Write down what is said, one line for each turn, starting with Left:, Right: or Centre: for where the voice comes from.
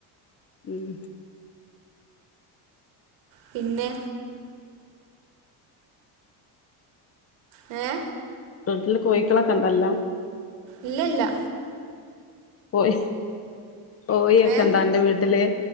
Left: ഉം
Right: പിന്നെ ഏ
Left: വീട്ടില് കൊയിക്കളൊക്കെ ണ്ടല്ലോ?
Right: ഇല്ലല്ല
Left: കോയി കോഴക്കെണ്ടോ
Right: ഏഹ്
Left: അൻറെ വീട്ടില്?